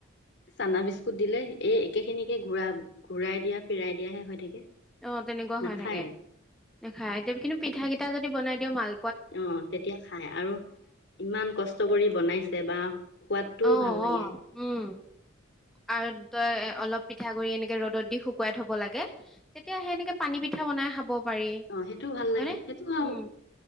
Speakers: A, on the left (about 60°); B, in the centre.
A: চানা বিস্কুট দিলে এই একে খিনিকে ঘুৰা, ঘূৰাই দিয়া ফিৰাই দিয়াহে হৈ থাকে।
B: অ' তেনেকুৱা
A: নাখায়
B: হয় থাকে। নেখায় এতিয়া কিন্তু পিঠা কিটা যদি বনাই দিয় মাল
A: অ' তেতিয়া খাই আৰু ইমান কষ্ট কৰি বনাইছে বা সোৱাদটোও
B: অ',
A: ভাল লাগে
B: অ' উম আৰু তই অলপ পিঠাগুৰি এনেকে ৰ'দত দি শুকুৱাই থব লাগে তেতিয়া সেনেকে পানী পিঠা বনাই খাব পাৰি
A: অ' সেইটোও ভাল
B: হয়নে
A: লাগে সেইটো আৰু
B: উম